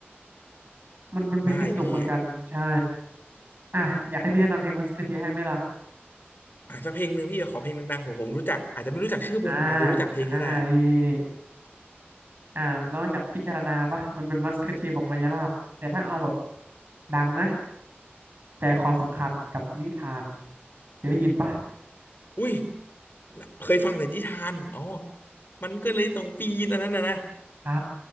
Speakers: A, on the right; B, on the left.
A: มันเป็นเพลงที่สนุกเหมือนกันใช่
B: ได้พี่
A: อ่ะอยากให้พี่แนะนำเพลงมัสคาเทียให้ไหมล่ะ
B: อ่ะสักเพลงหนึ่งพี่ขอเพลงดังๆผมผมรู้จักอาจจะไม่รู้จักชื่อวงอาจจะรู้จักเพลงก็ได้
A: อ่าอ่านี่นี่นี่อ่านอกจากพิจารณาปะมันเป็นมัสคาเทียบอกมายาลาบแต่ถ้าเอาแบบดังนะใจความสำคัญกับนิทานเคยได้ยินปะ
B: อุ้ยน่ะเคยฟังแต่นิทานอ๋อมันก็เลยต้องปีนอันนั้นนะนะ
A: ใช่